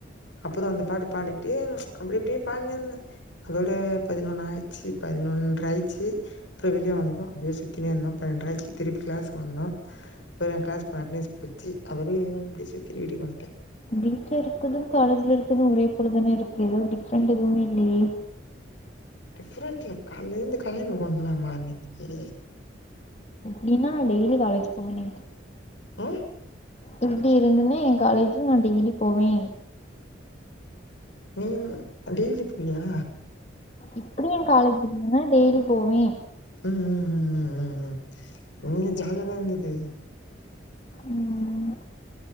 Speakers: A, on the left (about 75°); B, on the left (about 35°).
A: அப்புறோ அந்த பாட்டு பாடிட்டு அப்டி அப்டியே பாடினே இருந்தா அதோட பதினொன்னு ஆயிச்சி பதி னொன்றாயிச்சு ப்றோ வெளியே வந்தோம் அப்டியே சுத்தினே இருந்தோ பனென்றாயிச்சு திருப்பி க்ளாஸுக்கு வந்தோம் ப்றோ என் க்ளாஸ்க்கு போன அட்னஸ் புச்சி அபறோ அப்டியே சுத்தி வீட்க்கு வன்டே
B: வீட்டுல இருக்கதும் காலேஜ்ல இருக்கதும் ஒரே போல தானே இருக்கு ஏதோ டிஃப்ரென்ட் எதுமேல்லயே
A: டிஃப்ரென்ட்ல காலேந்து கலைன்னு ஒண்டலாமாருந்துச்சி
B: டினா டெய்லி காலேஜ் போவனே
A: <unintelligible>
B: இப்டி இருந்துன்னா எ காலேஜ்ல நா டெய்லி போவே
A: நீ ன்னா டெய்லி போவியா
B: இப்டி எ காலேஜ் இருந்துன்னா டெய்லி போவே
A: ம்ம்ம்ம்ம்ம்ம் ங்ங ஜாலியாதா இருந்தது
B: ம்ம்